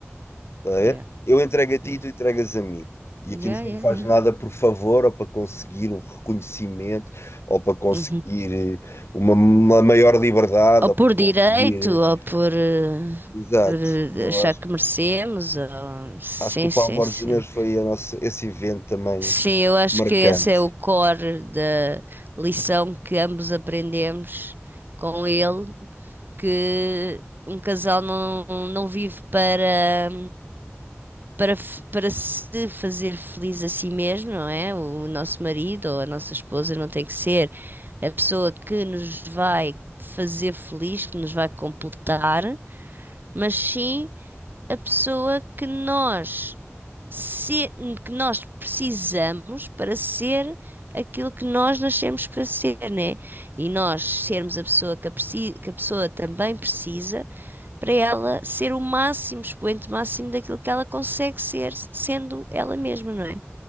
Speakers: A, on the left; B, on the right.
A: Tá a
B: yeah,
A: ver? Eu entrego a ti
B: yeah.
A: e tu entregas a mim. E
B: Yeah,
A: aqui ninguém
B: yeah,
A: faz
B: yeah.
A: nada por favor ou para conseguir um reconhecimento ou para conseguir
B: Uhum.
A: eh, uma, uma maior liberdade
B: Ou
A: ou para
B: por
A: conseguir.
B: direito,
A: eh,
B: ou por, eh,
A: Exato.
B: por, eh,
A: E eu
B: achar
A: acho,
B: que merecemos. Ou... Sim,
A: acho que o Paulo
B: sim,
A: Borges
B: sim.
A: Júnior foi a nossa, esse evento também
B: Sim, eu acho
A: marcante.
B: que esse é o core da lição que ambos aprendemos com ele, que um casal não, não vive para para, f- para se fazer feliz a si mesmo, não é? O nosso marido ou a nossa esposa não tem que ser a pessoa que nos vai fazer feliz, que nos vai completar, mas sim a pessoa que nós se- que nós precisamos para ser aquilo que nós nascemos para ser, né? E nós sermos a pessoa que a, preci- que a pessoa também precisa para ela ser o máximo, expoente máximo daquilo que ela consegue ser, sendo ela mesma, não é?